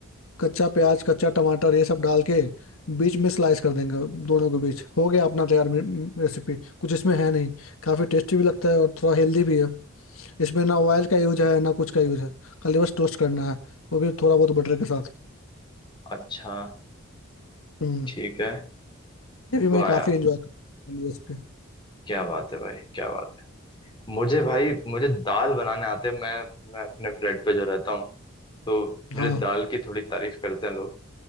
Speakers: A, on the left (about 80°); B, on the left (about 20°).
A: कच्चा प्याज कच्चा टमाटर ये सब डाल के बीच में स्लाइस कर देंगे दोनों के बीच हो गया अपना तैयार रेसिपी कुछ इसमें है नहीं काफ़ी टेस्टी भी लगता है और थोड़ा हेल्दी भी है इसमें ना ऑयल का यूज है ना कुछ का यूज है खाली बस टोस्ट करना है वो भी थोड़ा बहुत बटर के साथ
B: अच्छा
A: हम्म
B: ठीक है
A: ये भी मैं
B: वाह
A: काफ़ी
B: यार
A: इंजॉय करता हूँ रेसिपी
B: क्या बात है भाई क्या बात है मुझे भाई मुझे दाल बनाने आते हैं। मैं मैं अपने फ्लैट पे जो रहता हूँ तो मेरे
A: हाँ
B: दाल की थोड़ी तारीफ करते हैं लोग